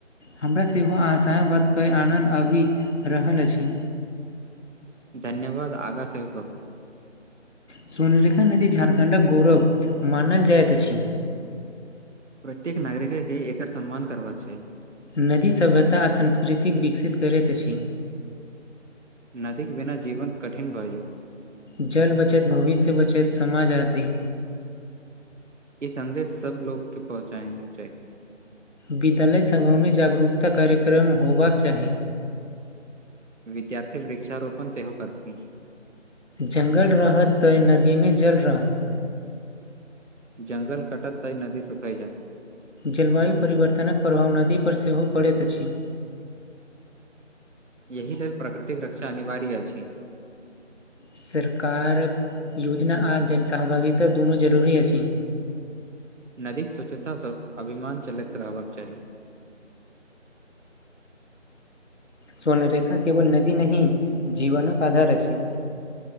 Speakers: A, on the left; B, on the right.
A: हमरा सेहो आहसान बातके आनन्द आबि रहल अछि
B: धन्यवाद आगाँ आओर सव कहू
A: सोनरेखा नदी झारखण्डक गौरव मानल जाइत अछि
B: प्रत्येक नागरिक के एकर सम्मान करबाक चाही
A: नदी सभ्यता आ संस्कृति विकसित करैत अछि
B: नदी के बिना जीवन कठिन भए जायत
A: जल बचत भविष्य बचैत समाज आदि
B: ई संदेश सब लोग के पहुँचाने चाहि
A: विद्यालय समूह जागरूकता कार्यक्रम होयबाक चाही
B: विद्यार्थी वृक्षारोपण सेहो करती
A: जंगल रहत त नदी मे जल रहत
B: जंगल कटत तय नदी सुखई जा
A: जलवायु परिवर्तनक प्रभाव नदी पर सेहो पड़ैत अछि
B: यहि लेल प्रकृतिक रक्षा अनिवार्य अछि
A: सरकारक योजना आ जनसहभागिता दुनू जरूरी अछि
B: नदी स्वच्छता स अभिमान चलैत रहबाक चाही
A: स्वर्ण रेखा केवल नदी नहि जीवनक आधार अछि